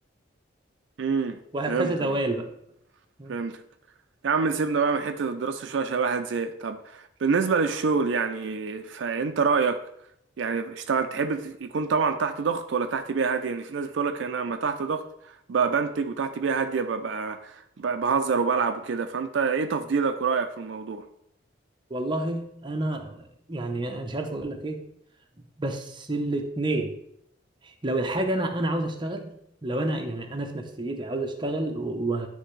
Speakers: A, on the right; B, on the right.
A: امم
B: وهكذا
A: فهمتك
B: دوال
A: آه،
B: بقى مم.
A: فهمتك يا عم سيبنا بقى من حتة الدراسة شوية عشان الواحد زهق طب بالنسبة للشغل يعني فأنت رأيك يعني اشتغل تحب يكون طبعا تحت ضغط ولا تحت بيئة هادية يعني في ناس بتقولك أنا لما تحت ضغط بقى بنتج وتحت بيئة هادية ببقى بقى بهزر وبلعب وكده فأنت إيه تفضيلك ورأيك في الموضوع؟
B: والله انا يعني أنا مش عارف اقول لك ايه بس الاتنين لو الحاجة أنا أنا عاوز أشتغل لو أنا يعني أنا في نفسيتي عاوز أشتغل و...